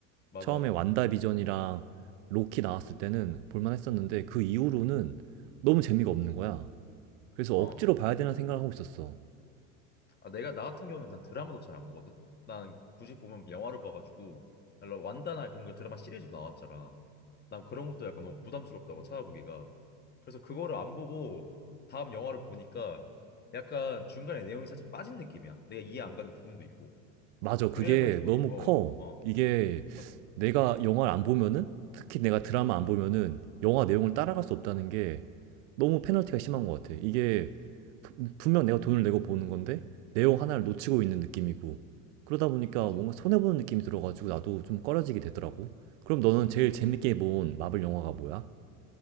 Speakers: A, on the left; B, on the right.
A: 맞아,
B: 처음에
A: 맞아.
B: 완다비전이랑 로키 나왔을 때는 볼만 했었는데 그 이후로는 너무 재미가 없는 거야. 그래서
A: 어.
B: 억지로 봐야 되나 생각을 하고 있었어.
A: 아, 내가, 나 같은 경우는 난 드라마도 잘 안 보거든? 난 굳이 보면 영화를 봐가지고, 원 완다나 그런 거 드라마 시리즈 나왔잖아. 난 그런 것도 약간 너무 부담스럽다고 찾아보기가. 그래서 그거를 안 보고 다음 영화를 보니까 약간 중간에 내용이 살짝 빠진 느낌이야. 내가 이해 안 가는 부분도 있고.
B: 맞아.
A: 그래가지고,
B: 그게 너무
A: 어,
B: 커.
A: 어.
B: 이게
A: 아,
B: 내가 영화를 안 보면은, 특히 내가 드라마 안 보면은 영화 내용을 따라갈 수 없다는 게 너무 페널티가 심한 것 같아. 이게 부- 분명 내가 돈을 내고 보는 건데 내용 하나를 놓치고 있는 느낌이고 그러다 보니까
A: 맞아.
B: 뭔가 손해보는 느낌이 들어가지고 나도 좀 꺼려지게 되더라고. 그럼 너는 제일 재밌게 본 마블 영화가 뭐야?